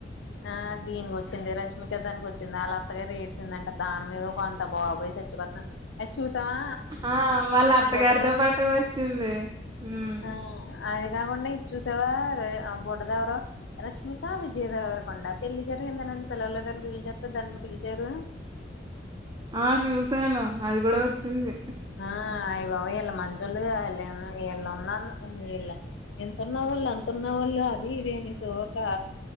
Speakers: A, on the left; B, on the right.
A: ఆ దీనికి వచ్చింది రష్మిక దానికి వచ్చింది అలా అత్తగరు ఎడ్సింద అంట దాని మీద ఒక అంత బాబోయ్ చచ్చిపోతాను ఎ చూసావా
B: ఆ! వాళ్ళ అత్తగారితో
A: ఆ బుడ్డది
B: పాటు వచ్చింది హ్మ్.
A: ఆ అది కాకుండా ఇది చూసావా బుడ్డది ఎవరో ఆ బ రష్మిక విజయ దవరకొండ పెళ్ళి జర ఏందనండి పిలవలేదని రీల్ చేస్తే దాన్ని పిలిచారు
B: ఆ చూశాను అది కూడా వచ్చింది
A: ఆ అయి బాబోయ్ ఇళ్ళు మంచోళ్ళు ఇళ్ళు ఉన్నాను ఇళ్ళ వాళ్ళు అంతన్న వాళ్ళు అది ఇది అని సోక